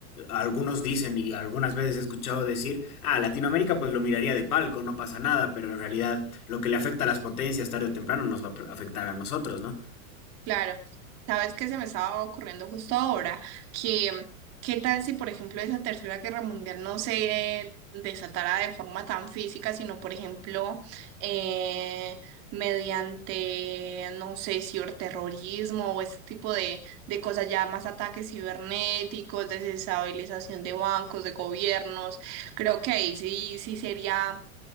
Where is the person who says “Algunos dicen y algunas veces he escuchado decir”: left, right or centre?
Left